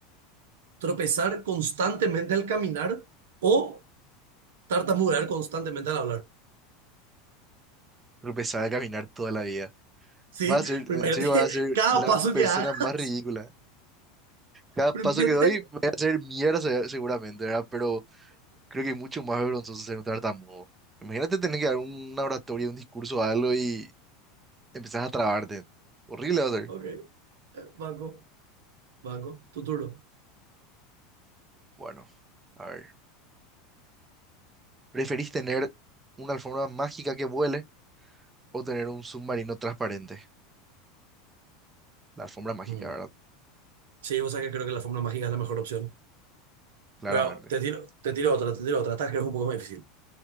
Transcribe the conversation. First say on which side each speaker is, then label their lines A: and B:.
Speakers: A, on the right; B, on the right.
A: Tropezar constantemente al caminar o tartamudear constantemente al hablar.
B: Pero empezar a caminar toda la vida.
A: Sí,
B: Vas a ser,
A: pero
B: en
A: imagínate
B: serio, vas a
A: <laughs>
B: ser
A: cada
B: la
A: paso
B: persona
A: que haga.
B: más
A: <laughs>
B: ridícula. Cada
A: Pero
B: paso
A: imagínate.
B: que doy, voy a hacer mierda se- seguramente, ¿verdad? Pero creo que es mucho más vergonzoso ser un tartamudo. Imagínate tener que dar una oratoria, un discurso, algo y empezás a trabarte. Horrible va a ser.
A: Ok. eh, Banco, banco, tu turno.
B: Bueno, a ver. ¿Preferís tener una alfombra mágica que vuele o tener un submarino transparente? La alfombra mágica,
A: Mm.
B: ¿verdad?
A: Sí, o sea que creo que la fórmula mágica es la mejor opción.
B: Claramente.
A: Pero te tiro, te tiro otra, te tiro otra. Esta creo que es un poco más difícil.